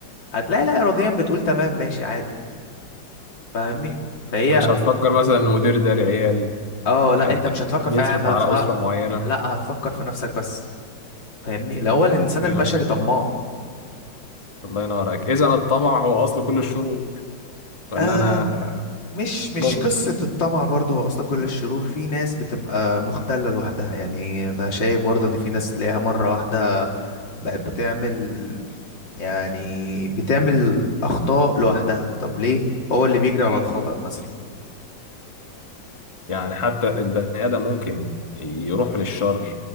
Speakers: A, on the left; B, on the left.
A: هتلاقي لا اراديا بتقول تمام ماشي عادي فاهمني فهي
B: مش هتفكر مثلا إن المدير ده لعيال
A: اه لا
B: آه،
A: انت مش هتفكر
B: بيصرف
A: في اي حاجه انت هت...
B: على أسرة معينة
A: لا هتفكر في نفسك بس فاهمني اللي هو الانسان
B: كده.
A: البشري طماع
B: الله ينور عليك إذا الطمع هو أصل كل الشرور ولا
A: آه
B: أنا
A: مش مش
B: ممكن
A: قصة الطمع برضه هو أصل كل الشرور في ناس بتبقى مختلة لوحدها يعني أنا شايف برضه إن في ناس تلاقيها مرة واحدة بقت بتعمل يعني بتعمل أخطاء لوحدها طب ليه؟ هو اللي بيجري على الخطأ مثلا
B: يعني حتى البني آدم ممكن يروح للشر